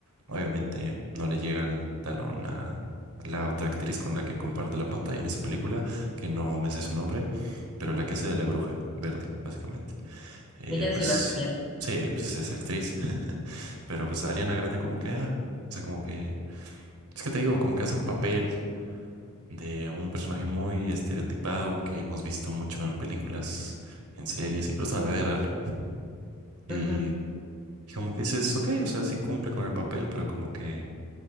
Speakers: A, on the right; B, on the left.
A: Obviamente no le llega el talón a la otra actriz con la que comparte la pantalla en esa película, que no me sé su nombre, pero la que hace de la bruja verde, básicamente. Ella
B: Ella
A: pues,
B: sí lo hace bien.
A: sí, pues es actriz, <laughs> pero pues Ariana Grande como que, ah, o sea, como que, es que te digo, como que hace un papel de un personaje muy estereotipado que hemos visto mucho en películas, en series, incluso en la vida real. Y,
B: Ajá.
A: como que dices, ok, o sea, sí cumple con el papel, pero como que,